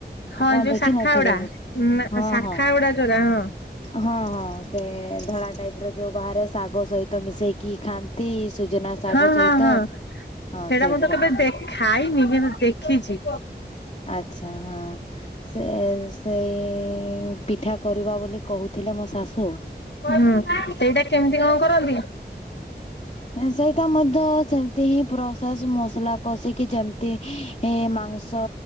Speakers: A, on the left; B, on the left.
A: ହଁ
B: ଆପଣ
A: ଯୋଉ
B: ଦେଖିିନଥିବେ
A: ଶାଖା ଗୁଡା
B: ବୋ
A: ନା
B: ହଁ
A: ଶାଖା
B: ହଁ।
A: ଗୁଡା ଯୋଉରା ହଁ
B: ହଁ ହଁ ସେ ଧଳା। ଟାଇପ ର ଯୋଉ ବାହାରେ ଶାଗ ସହିତ ମିଶେଇକି ଖାଆନ୍ତି ସୁଜନା ଶାଗ
A: ହଁ
B: ସହିତ।
A: ହଁ ହଁ
B: ହଁ
A: ସେଇଟା
B: ସେଗୁଡା।
A: ମୁଁ ତ କେବେ ଦେ ଖାଇନି କିନ୍ତୁ ଦେଖିଛି।
B: ଆଚ୍ଛା ହାଁ ସେ ସେଇ ପିଠା କରିବା ବୋଲି କହୁଥିଲେ ମୋ ଶାସ ଦସୁ
A: ହୁଁ ସେଇଟା କେମିତି କଁ କରନ୍ତି।
B: ସେଇଟା ମଧ୍ୟ ସେମତି ହିଁ ପ୍ରସେସ ମସଲା କଷିକି ଯେମତି ହି ମା ମାଂସ